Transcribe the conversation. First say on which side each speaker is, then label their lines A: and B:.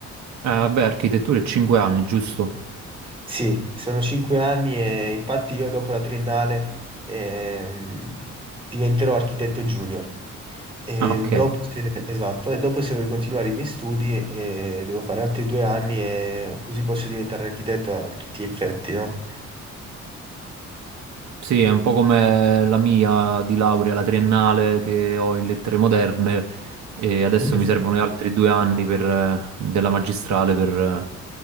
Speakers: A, on the right; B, on the right.
A: Ah, vabbè, architettura è 5 anni, giusto?
B: Sì, sono cinque anni e infatti io dopo la triennale ehm, diventerò architetto junior. E
A: Ah, ok.
B: dopo, se- esatto, e dopo se voglio continuare i miei studi eh, devo fare altri due anni e così posso diventare architetto a tutti gli effetti, no?
A: Sì, è un po' come la mia di laurea, la triennale che ho in lettere moderne e adesso
B: Mm. Yes.
A: mi servono gli altri due anni per, eh, della magistrale per, eh,